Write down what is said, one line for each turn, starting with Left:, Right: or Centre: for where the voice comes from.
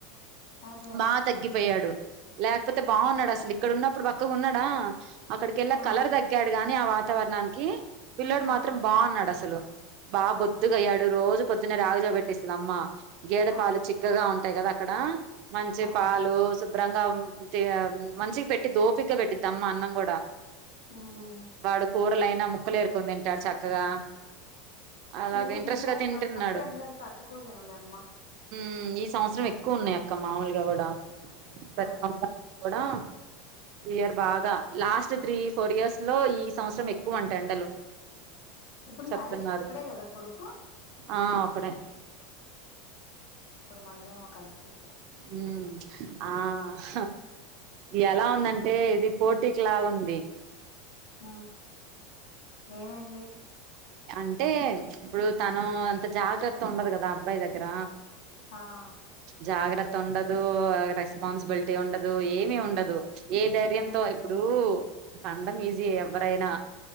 Left: అదే
Right: బా తగ్గిపోయాడు లేకపోతే బావున్నాడస్లి ఇక్కడున్నప్పుడు బక్కగున్నాడా అక్కడికికెళ్ళాక
Left: ఆ
Right: కలర్ తగ్గాడు గాని ఆ వాత్ త్తవర్ణానికి పిల్లోడు
Left: ఆ
Right: మాత్రం బావున్నాడు అసలు బా బొద్దుగయ్యాడు రోజు పొద్దున్న రాగి జావ పెట్టిస్తుదమ్మ గేదె పాలు
Left: అదే
Right: చిక్కగా ఉంటాయి కదా క్కడ మంచి
Left: అదే
Right: పాలు భ్రంగా <unintelligible> మంచి పెట్టిద్దోపిగ్గా పెట్టిద్దమ్మ అన్నం గూడా
Left: ఉమ్
Right: వాడుకో లైనా ముక్కలేేరుకొని తింటారు చక్కగా అలాగ
Left: ఏం
Right: ఇంట్రెస్ట్
Left: తిన్నా
Right: గా తింటున్నాడు
Left: మన పక్క ఎండలకి తట్టుకోలేములే అమ్మ
Right: మ్ ఈ సంవత్సరం ఎక్కువున్నాయి అక్క మామూలుగా కూడా <unintelligible>
Left: అదే
Right: కూడా ఇయర్ బాగా లాస్ట్ త్రీ ఫోర్ ఇయర్స్ లో ఈ సంవత్సరం ఎక్కువ అంట ఎండలు
Left: ఇప్పుడు
Right: చెప్తున్నారు
Left: నరేష్కి ఒక్కడే కదా కొడుకు
Right: ఆ ఒకడే
Left: ఇప్పుడు మళ్ళీ ఆమె కాన్సి <unintelligible>
Right: హమ్ ఆహ్ ఎలా ఉందంటే ఇది పోటీకి లాగుంది
Left: హ ఏమై
Right: అంటే ఇప్పుడు తను అంత జాగ్రత్త ఉండదు కదా అబ్బాయి దగ్గర
Left: ఆహ్
Right: జాగ్రత్త ఉండదు రెస్పాన్సిబిలిటీ ఉండదు ఏమి ఉండదు ఏ ధైర్యంతో
Left: ఇద్దరు ఇద్దరే
Right: ఇప్పుడు కండం ఈజీ ఎహ్ ఎవ్వరైనా